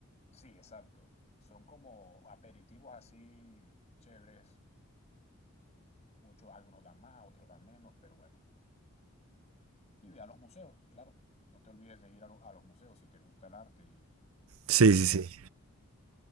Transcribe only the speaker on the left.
Sí, exacto. Son como aperitivos así chéveres. Muchos, algunos dan más, otros dan menos, pero bueno. Y ve a los museos, claro. No te olvides de ir a, lo- a los museos si te gusta el arte y
todo
eso.